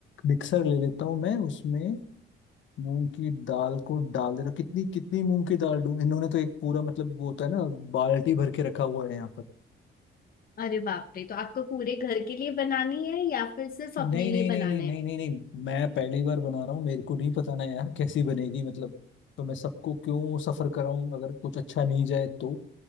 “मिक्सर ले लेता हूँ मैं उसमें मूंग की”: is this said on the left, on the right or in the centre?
Left